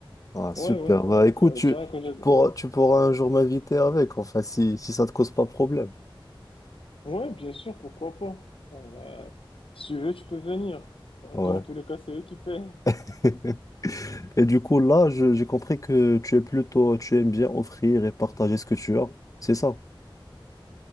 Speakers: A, on the left (about 40°); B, on the left (about 80°).
A: Ah
B: Ouais,
A: super.
B: ouais.
A: Bah
B: Donc,
A: écoute,
B: euh,
A: tu,
B: je dirais que je...
A: tu pourras, tu pourras un jour m'inviter avec, enfin, si, si ça te cause pas problème.
B: Ouais, bien sûr, pourquoi pas. Genre, euh, si tu veux, tu peux venir.
A: Ouais.
B: Dans tous les cas, c'est eux qui paient.
A: <laughs> Et du coup, là, je- j'ai compris que tu es plutôt, tu aimes bien offrir et partager ce que tu as. C'est ça.